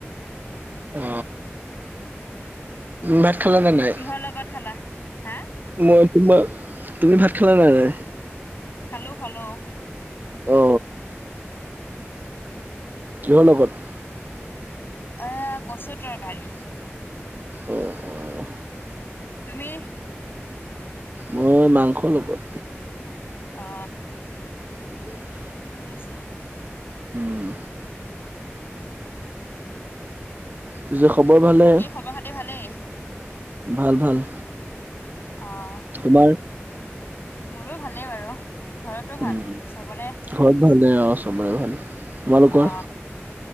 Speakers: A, on the right (about 40°); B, on the left (about 50°).
A: অ। ভাত খালা নে নাই?
B: কিহৰ লগত খালা? হা?
A: ম- তুমি ভাত খালা নে নাই?
B: খালো খালো।
A: অ। কিহৰ লগত?
B: এ কচু তৰকাৰী।
A: অ অ।
B: তুমি?
A: মই মাংসৰ লগত।
B: অ।
A: <inaudible>
B: ঠিকে আছে।
A: উম। পিছে খবৰ ভালে?
B: বাকী খবৰ খাতি ভালেই?
A: ভাল ভাল।
B: অহ।
A: তোমাৰ
B: মোৰো ভালেই বাৰু ঘৰতো ভাল
A: উম
B: চবৰে।
A: ঘৰত ভালে অ চবৰে ভাল। তোমালোকৰ
B: অ